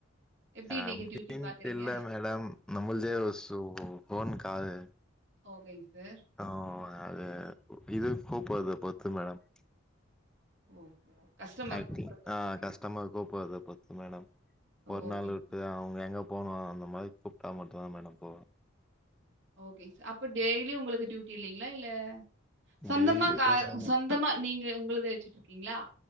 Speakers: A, on the right; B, in the centre.
A: எப்படி
B: அப்டின்ட்டு
A: நீங்க டியூட்டி பாக்குறீங்க
B: இல்ல மேடம் நம்மல்து
A: ஆ
B: ஒரு சு ஃபோன் கால்
A: ஓகேங்க சார்
B: ஆ அது இதுவு கூப்ட்ரத பொருத்து மேடம்
A: ஓஹோ கஸ்டமர்
B: ஆக்டிங்
A: கூப்பிடுறது
B: ஆ
A: பார்த்தீங்களா?
B: கஷ்டமர் கூப்ட்ரத பொருத்து மேடம் ஒரு
A: ஓகேங்க
B: நாள் உட்டு அவங்க எங்க போகனு அந்த மாரி கூப்ட்டா மட்டு தா மேடம் போவே.
A: ஓகே சார் அப்ப டெய்லியு உங்களுக்கு டியூட்டி இல்லலெங்களா இல்ல சொந்தமா
B: டெய்லி
A: கா
B: இதா மேடம்
A: சொந்தமா நீங்க உங்களுது வெச்சிட்டு இருக்கீங்களா